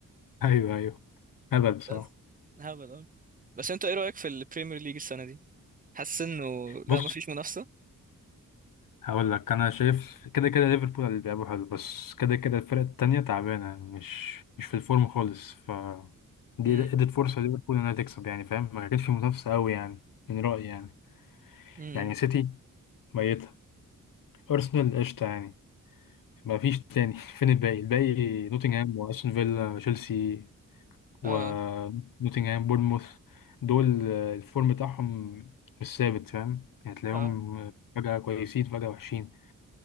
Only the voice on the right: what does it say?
بس هبل أوي بس أنت إيه رأيك في البريمير ليج السنة دي؟ حاسس إنه لا
مفيش منافسة؟
امم
امم
اه
اه